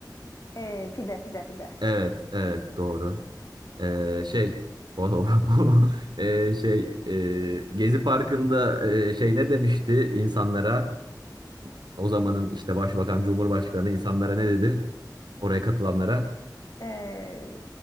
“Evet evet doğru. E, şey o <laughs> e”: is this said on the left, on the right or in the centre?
Right